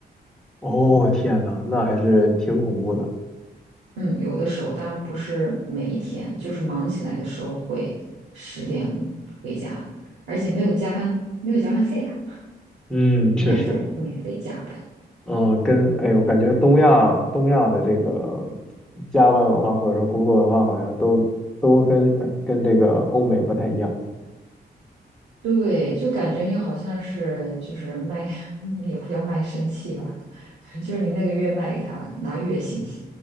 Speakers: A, in the centre; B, on the right.
A: 哦，天呐，那还是挺恐怖的。
B: 嗯，有的时候，当然不是每一天，就是忙起来的时候会十点回家，而且没有加班，没有加班费啊，
A: 嗯，
B: 免费免费加班。
A: 确实，嗯，跟，哎，我感觉东亚东亚的这个加班文化或者说工作文化好像都都跟跟这个欧美不太一样。
B: 对，就感觉你好像是就是卖，<laughs> 也不叫卖身契吧，<laughs> 就是你那个月卖给他了，拿月薪，